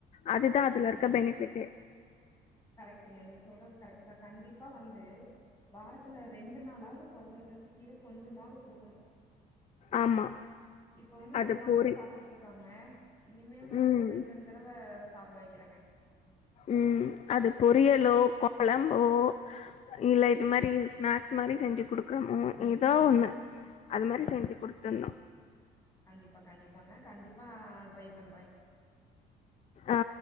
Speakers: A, on the left; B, on the left.
A: அது க்தா அதுல
B: ஆமா
A: இருக்க பெனிஃபிட்டே
B: கரெக்ட்டுங்க நீங்க சொல்றது கரெக்டு தா கண்டிப் ப்பா வந்து வாரத்துல ரெண்டு நாளாவது கொழந்தைங்களுக்கு கீரக் கொஞ்சமாவது குடுக்குணு
A: ஆமா.
B: இப்ப வந்து
A: அது
B: ஒரு நாள்
A: பொரி
B: தா சாப்பிட்றுக்காங்க இனிமேல் வந்து
A: ம்.
B: ரெண்டு ரெண்டு தடவை சாப்பிட வைக்கிறங்க
A: ம். அது பொரியலோ கொழம்போ இல்ல இது மாரி ஸ்நாக்ஸ் மாரி செஞ்சு குடுக்குறோமோ ஏதோ ஒண்ணு அது மாரி செஞ்சு குடுத்தணு
B: கண்டிப்பா கண்டிப்பாங்க கண்டிப்பா நா ட்ரைப் பண்றே
A: ஆ